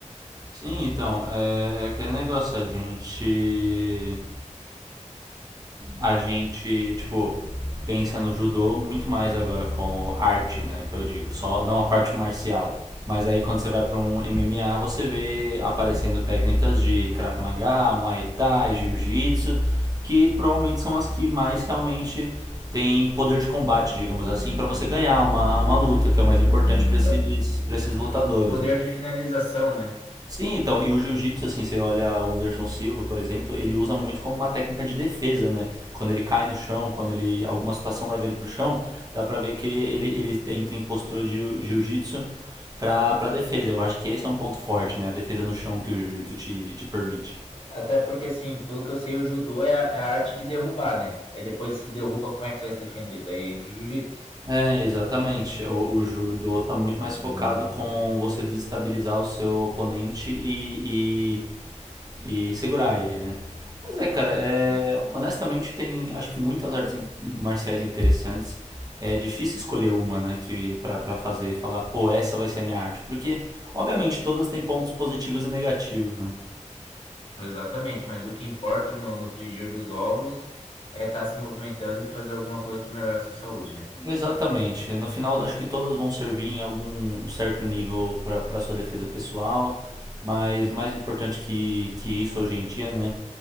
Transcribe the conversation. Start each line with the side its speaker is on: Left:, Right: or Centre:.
Right: Sim, então, é, é aquele negócio, a gente. a gente, tipo, pensa no judô muito mais agora como arte, né? Que eu digo, só não a parte marcial. Mas aí quando você vai para um MMA, você vê aparecendo técnicas de Krav Maga, Muay Thai, Jiu-Jitsu, que provavelmente são as que mais realmente têm poder de combate, digamos assim, para você ganhar uma, uma luta, que é o mais importante para esses,
Left: É
Right: para esses lutadores,
Left: poder
Right: né?
Left: de finalização, né?
Right: Sim, então, e o jiu-jitsu, assim, você olha o Anderson Silva, por exemplo, ele usa muito como uma técnica de defesa, né? Quando ele cai no chão, quando ele alguma situação leva ele pro chão, dá pra ver que ele, ele entra em postura de jiu- jiu-jitsu pra, pra defesa. Eu acho que esse é um ponto forte, né? A defesa no chão que o jiu-jitsu te, te permite.
Left: Até porque, assim, pelo que eu sei, o judô é a, é a arte de derrubar, né? É depois que se derruba, como é que você vai se defender? Daí entra o jiu-jitsu,
Right: É, exatamente. O, o judô
Left: né?
Right: tá muito mais focado com você desestabilizar o seu oponente e, e, e segurar ele, né? Mas é, cara, é,
Left: Hum,
Right: honestamente tem, acho que muitas artes in- marciais interessantes. É difícil escolher uma, né, que para para fazer, falar, pô, essa vai ser a minha arte, porque obviamente todas têm pontos positivos e negativos, né?
Left: Exatamente, mas o que importa no, no frigir dos ovos é estar se movimentando e fazer alguma coisa para melhorar a sua saúde, né?
Right: Exatamente. No final, acho que todas vão servir em algum certo nível para para sua defesa pessoal, mas mais importante que, que isso hoje em dia, né?